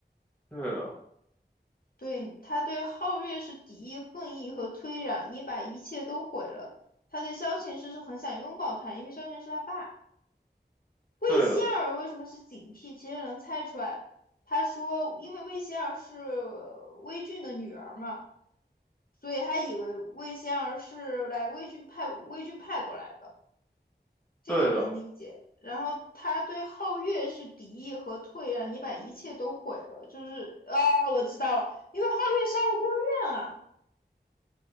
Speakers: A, in the centre; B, on the left.
A: 对的，
B: 对，他对皓月是敌意、恨意和推攘。你把一切都毁了，他对萧晴师是很想拥抱他，因为萧晴是他爸。魏仙儿为什么是警惕？
A: 对的，
B: 其实能猜出来。他说，因为魏仙儿是魏俊的女儿嘛。所以他以为魏仙儿是来魏郡派魏郡派过来的，这个能理解。
A: 对的。
B: 然后他对皓月是敌意和退让，你把一切都毁了，就是啊，我知道了，因为皓月杀了孤儿院啊，